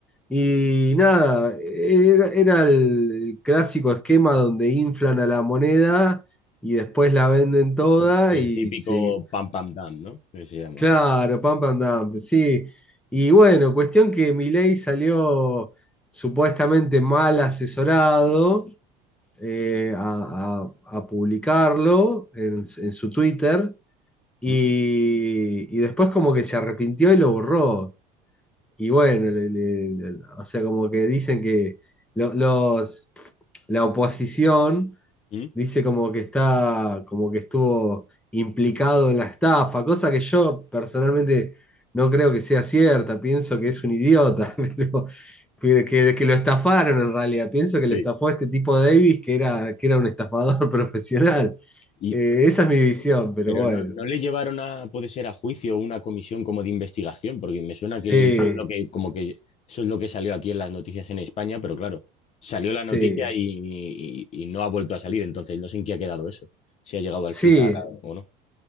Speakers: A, in the centre; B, on the left.
A: Y nada, era, era el, el clásico esquema donde inflan a la moneda y después la venden toda y
B: El típico
A: se
B: pam pam dam, ¿no? Que se llama.
A: Claro, pam, pam, dam, sí. Y bueno, cuestión que Milei salió supuestamente mal asesorado eh, a, a- a publicarlo en, en su Twitter y,
B: ¿Mm?
A: y después como que se arrepintió y lo borró. Y bueno, le- le- le- o sea, como que dicen que lo- los, la oposición
B: ¿Mm?
A: Dice como que está, como que estuvo implicado en la estafa, cosa que yo personalmente no creo que sea cierta, pienso que es un idiota, <laughs> pero, pero que, que lo estafaron en realidad, pienso que lo
B: Sí.
A: estafó este tipo Davis, que era, que era un estafador <laughs> profesional.
B: Y,
A: Eh, esa es mi visión, pero
B: pero
A: bueno,
B: no, no le llevaron a, puede ser, a juicio o una comisión como de investigación, porque me suena
A: sí,
B: que eso es lo que, como que eso es lo que salió aquí en las noticias en España, pero claro, salió la
A: sí,
B: noticia y, y- y no ha vuelto a salir, entonces no sé en qué ha quedado eso, si ha llegado al
A: sí,
B: final a- o no.